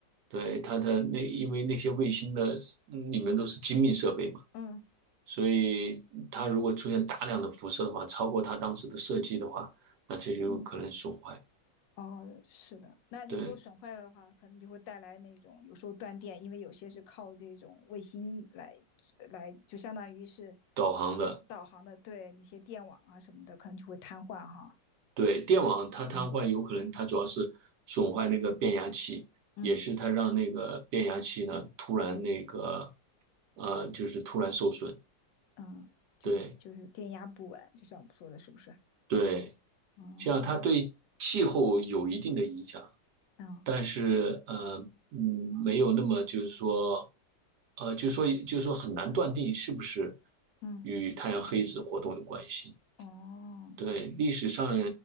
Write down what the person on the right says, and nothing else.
对，它的那，因为那些卫星的嗯里面都是精密设备嘛，
所以它如果出现大量的辐射的话，超过它当时的设计的话，那这就有可能损坏。
对，
导航的，
对，电网它瘫痪，
有可能它主要是损坏那个变压器，
也是它让那个变压器呢突然那个，呃，就是突然受损。
对
对。
像它对气候有一定的影响，
但是呃嗯没有那么就是说，呃就是说就是说很难断定是不是
与太阳黑子活动有关系。
对，历史上